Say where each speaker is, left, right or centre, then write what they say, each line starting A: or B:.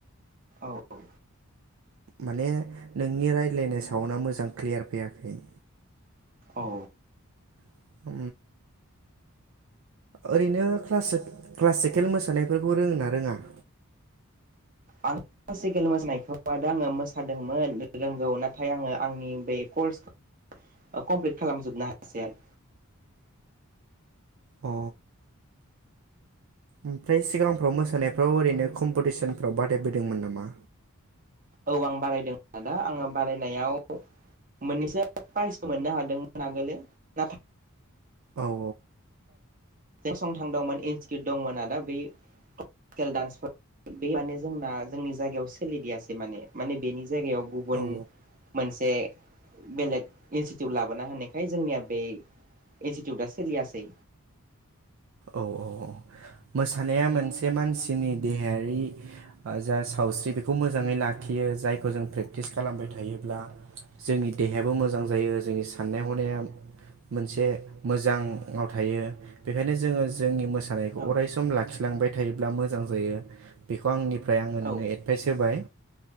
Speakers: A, on the right; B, on the right.
A: औ औ।
B: माने नोंनि रायज्लायनाय सावनाआ मोजां क्लियार फैयाखै
A: औ।
B: <inaudible> ओरैनो क्लास क्लासिकेल मोसानायफोरखौ रोङ ना रोङा? <inaudible>
A: आं क्लासिकेल दाआङो मोसादोंमोन रोंगौ नाथाय आङो आंनि बे करस कमप्लिट खालामजोबनो हासै आरो
B: अ ओमफ्राय सिगांफ्राव मोसानायफ्राव ओरैनो कम्पिटिसनफ्राव बादायबोदोंमोन नामा
A: औ आं बारायदों आदा आङो बारायनायाव मोननैसो प्राइजखो मोननो हादोंमोन आगोल नाथाय
B: औ औ
A: सं थांदोंमोन इनस्टिकिउट दंमोन आदा बै क्लासिकेल दडान्सफोर बे माने जोंना जोंनि जायगायाव सोलिदियासै माने माने बेनि जायगायाव गुबुन
B: औ
A: मोनसे बेलेग इनस्टिटिउट लाबोना होनायखाय जोंनिया बे इन्स्टिउटा सिलियासै
B: औ औ मोसानाया मोनसे मानसिनि देहायारि जा सावस्रि बेखौ मोजाङै लाखियो बियो जायखौ जों प्रेकटिस खालामबाय थायोब्ला जोंनि देहायाबो मोजां जायो जोंनि साननाय हनाया मोनसे मोजाङाव थायो बेखायनो जोङो जोंनि मोसानाय
A: औ
B: अराय सम लाखिलांबाय थायोब्ला मोजां जायो बेखौ आंनिफ्राय आङो नोंनो
A: औ
B: एडभाइस होबाय।